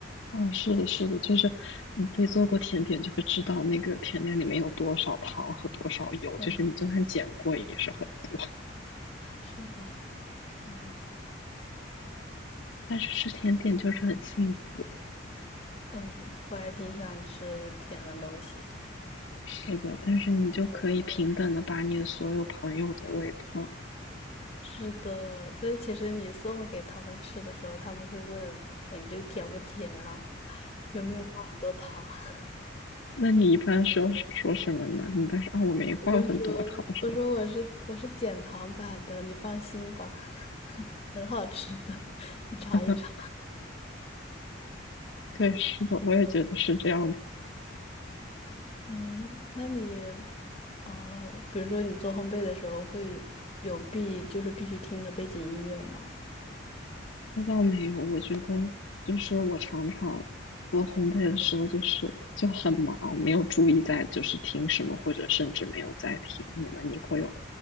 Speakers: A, on the left; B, on the left.
A: 哦，是的，是的，就是你自己做过甜点就会知道那个甜点里面有多少糖和多少油，
B: 嗯。
A: 就是你就算减过也是很多。<laughs>
B: 是的，天呐，
A: 但是吃甜点就是很幸福。
B: 嗯，我还挺喜欢吃甜的东西的，
A: 是的，但是你就可以平等的把你的所有朋友都喂胖。
B: 但是有时候是的，这其实你送给他们吃的时候，他们会问，哎，你这个甜不甜啊？有没有放很多糖？<laughs>
A: 那你一般说说什么呢？你一般说啊，我没放很多糖，
B: 我就说，
A: 是吗？
B: 我说我是我是减糖版的，你放心吧，很好吃的，<laughs> 你尝一尝。
A: <laughs> 对，是的，我也觉得是这样的。
B: 嗯，那你，哦，比如说你做烘焙的时候会有必就是必须听的背景音乐吗？
A: 那倒没有，我觉得就是我常常做烘焙的时候，就是就很忙，没有注意在就是听什么，或者甚至没有在听你们你会有